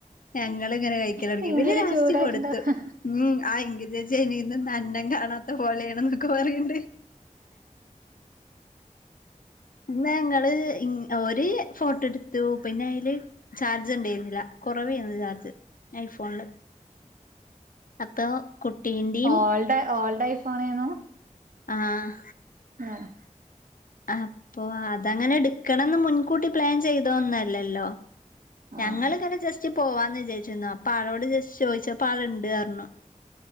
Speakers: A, on the left (about 90°); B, on the right (about 85°).
A: ഞങ്ങളിങ്ങനെ കഴിക്കല് തുടങ്ങി
B: ഭയങ്കര
A: പിന്നെ ലാസ്റ്റ്കൊടുത്തു.
B: ചൂടായിട്ടുണ്ടാവും
A: ഉം ആ എങ്കിൽ ചഎനിക്കും അന്നം കാണാത്തപോലെയണെന്നൊക്കെ പറയണ്ട്, ഇ ഞങ്ങള് ഒരു ഫോട്ടോ എടുത്തു പിന്നെ അതില് ചാർജ് ഉണ്ടായിരുന്നില്ല. കുറവായിരുന്നു ചാർജ് ഐഫോണിൽ അപ്പോ കുട്ടീന്റെയും
B: ഓൾഡ് ഓൾഡ് ഐഫോണേന്നു
A: ആഹ്
B: ആഹ്
A: അപ്പൊ അതങ്ങനെ എടുക്കണന്ന് മുൻകൂട്ടി പ്ലാൻ ചെയ്തോ ഒന്നുവല്ലല്ലോ
B: ആഹ്
A: ഞങ്ങളിങ്ങനെ ജസ്റ്റ് പോവാന്ന് വിചാച്ചിരുന്നു അപ്പൊ ആളോട് ജസ്റ്റ് ചോദിച്ചപ്പോ ആളുണ്ട് പറഞ്ഞു